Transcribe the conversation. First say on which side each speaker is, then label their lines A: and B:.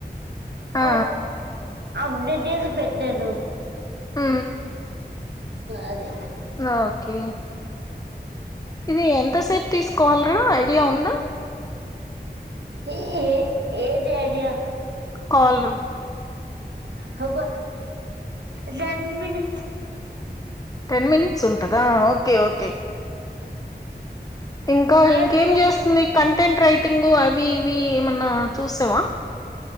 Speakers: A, on the left; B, on the right.
A: ఆ
B: అ అప్పుడట్ అది పెద్దారు
A: ఆ
B: అదే
A: ఓకే ఇది ఎంతసేపు తీసుకోవాలరా ఐడియా ఉందా.
B: ఈ ఏ ఏది ఐడియా
A: కాలు
B: హబ దాన్మని
A: టెన్ మినిట్స్ ఉంటందా ఓకే ఓకే ఇంకా
B: అంటే
A: ఇంకేం చేస్తుంది కంటెంట్ రైట్ టింగు అవి ఇవి ఏమన్నా చూసావా